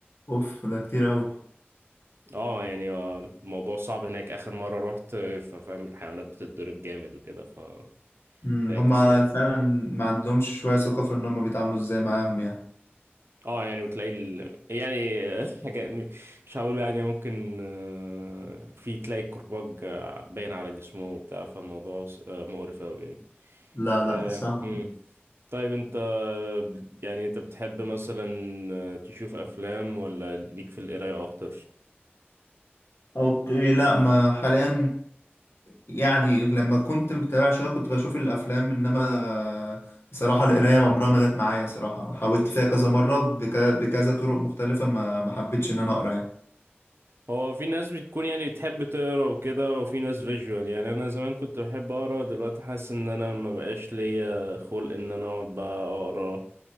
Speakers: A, on the left; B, on the right.
A: اوف ده كتير اوي
B: اه يعني آه، الموضوع صعب هناك آخر مرة روحت آه، ففاهم الحيوانات بتتضرب جامد وكده ف
A: مم،
B: فاكس
A: هما
B: يعني
A: فعلا ما عندهمش شوية ثقة في إن هما بيتعاملوا إزاي معاهم يعني
B: اه يعني وتلاقي ال... يعني <laughs> حاجة مش هقول يعني ممكن آه، في تلاقي الكرباج آه، باين على جسمه وبتاع فالموضوع س- آه، مقرف أوي يعني
A: لا
B: آه،
A: لا صح
B: مم. طيب انت آه، يعني انت بتحب مثلا آه، تشوف أفلام ولا ليك في القراية أكتر؟
A: أوكي لا ما حاليا يعني لما كنت متابع شوية كنت بشوف الأفلام إنما صراحة القراية عمرها ما جت معايا صراحة حاولت فيها كذا مرة بك... بكذا طرق مختلفة ما ما حبيتش إن أنا أقرأ يعني
B: هو في ناس بتكون يعني بتحب تقرا وكده وفي ناس فيجوال يعني انا زمان كنت بحب اقرا دلوقتي حاسس ان انا ما بقاش ليا خلق ان انا اقعد بقى اقرا